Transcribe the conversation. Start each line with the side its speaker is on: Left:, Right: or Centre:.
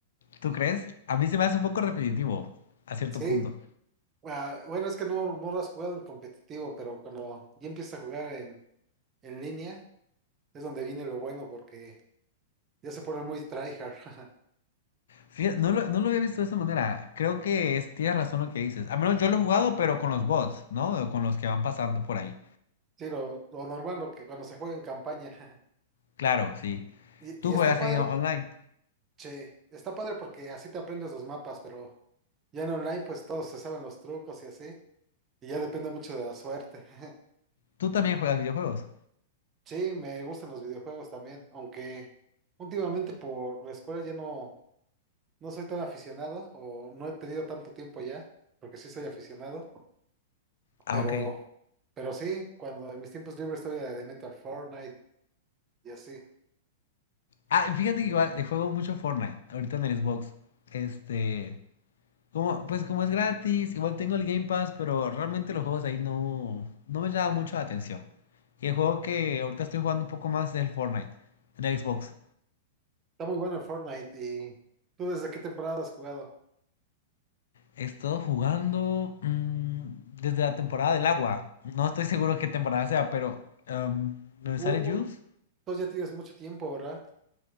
Left: ¿Tú crees? A mí se me hace un poco repetitivo, a cierto
Right: Sí,
Left: punto.
Right: ah, bueno, es que no, no lo has jugado en competitivo, pero cuando ya empiezas a jugar en, en línea. Es donde viene lo bueno porque ya se ponen muy tryhard. <laughs>
Left: Fija- no lo, no lo había visto de esa manera. Creo que es, tienes razón lo que dices. Al menos yo lo he jugado, pero con los bots, ¿no? O Con los que van pasando por ahí.
Right: Sí, lo, lo normal, lo que cuando se juega en campaña. <laughs>
Left: Claro, sí.
Right: Y,
Left: Tú
Right: y está
Left: juegas
Right: padre,
Left: en online.
Right: che, está padre porque así te aprendes los mapas, pero ya en online pues todos se saben los trucos y así. Y ya depende mucho de la suerte. <laughs>
Left: Tú también juegas videojuegos.
Right: Sí, me gustan los videojuegos también, aunque últimamente por la escuela ya no, no soy tan aficionado o no he tenido tanto tiempo ya, porque sí soy aficionado,
Left: Ah,
Right: pero,
Left: ok.
Right: pero sí, cuando en mis tiempos libres todavía le meto al Fortnite y así.
Left: Ah, fíjate que igual eh, juego mucho Fortnite ahorita en el Xbox. Este, como, pues como es gratis, igual tengo el Game Pass, pero realmente los juegos ahí no, no me llaman mucho la atención. Y el juego que ahorita estoy jugando un poco más es el Fortnite en el Xbox.
Right: Está muy bueno el Fortnite. ¿Y tú desde qué temporada has jugado?
Left: He estado jugando mm, desde la temporada del agua. No estoy seguro qué temporada sea, pero em, lo de
Right: Uh,
Left: sale Juice,
Right: tú ya tienes mucho tiempo, ¿verdad?